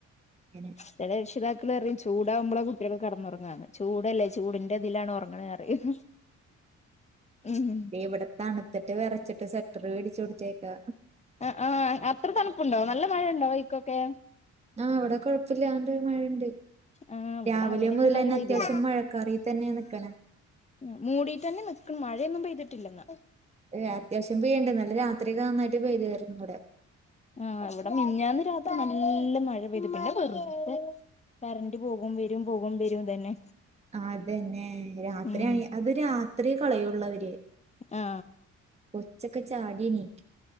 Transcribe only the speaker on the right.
അങ്ങനെ
ഇവിടെ തണുത്തിട്ട് വിറച്ചിട്ട് സ്വെറ്ററ് മേടിച്ചു കൊടുത്തേക്കാ
ആ ഇവിടെ കുഴപ്പല്ലാണ്ട് മഴയുണ്ട്
രാവിലെ
മുതൽ
തന്നെ
അത്യാവശ്യം മഴക്കാറി തന്നെയാ നിക്കണെ
ഏ അത്യാവശ്യം പെയ്യുണ്ട് ഇന്നലെ രാത്രിയൊക്കെ നന്നായിട്ട് പെയ്തീർന്നു ഇവിടെ
അതന്നെ രാത്രി
ആണെ അത് രാത്രിയെ കളയുള്ളവര്
കൊച്ചൊക്കെ ചാടി എണീക്കും